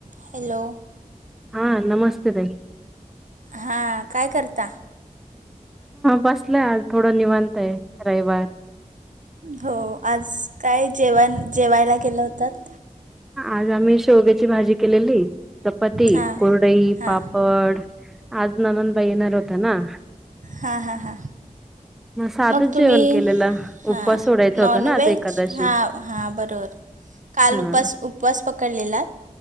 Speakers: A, on the right (about 65°); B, in the centre.
A: Hello
B: हां नमस्ते ताई
A: हा काय करता
B: बसलोय आज थोडं निवांत आहे, रविवार
A: हो आज काय जेवाण जेवायला केला होतात
B: आज आम्ही शेवग्याची भाजी केलेली, चपाती
A: हां
B: कुरडई
A: हां
B: पापड आज नंणदबाई येणार होता ना
A: हा हा हा
B: साधच
A: मग तुम्ही
B: जेवण केलेलं
A: हां
B: उपवास सोडायचा होता
A: नॉन
B: ना आज
A: व्हेज
B: एकादशी
A: हा हां बरोबर काल
B: हा
A: उपास उपवास पकडलेला